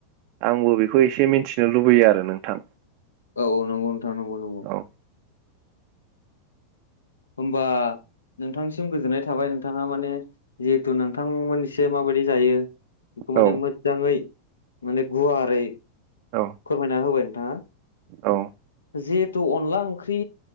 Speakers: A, on the right; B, on the left.
A: आंबो बेखौ एसे मिनथिनो लुबैयो आरो नोंथां
B: औ औ नंगौ नोंथां नंगौ नंगौ
A: औ
B: होमबा नोंथांनिसिम गोजोननाय थाबाय नोंथाङा माने जिहेथु नोंथांमोनसे माबायदि जायो बेखौ माने
A: औ
B: मोजाङै माने गुवारै फोरमायना
A: औ
B: होबाय नोंथाङा
A: औ।
B: जिहेथु अनला ओंख्रि